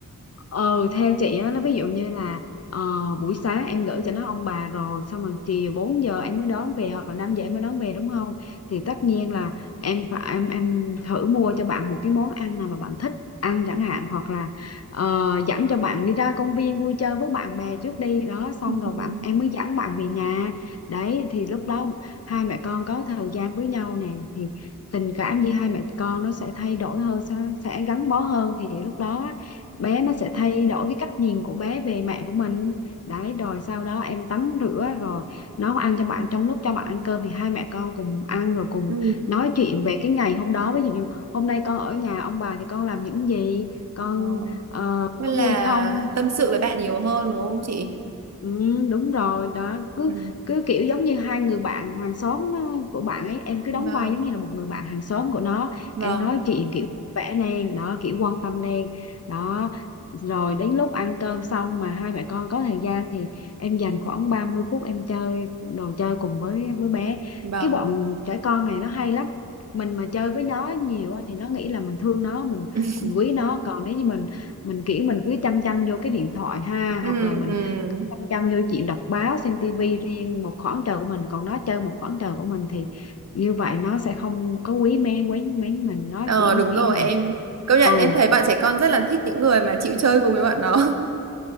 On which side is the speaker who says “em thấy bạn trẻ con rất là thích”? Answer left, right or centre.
Right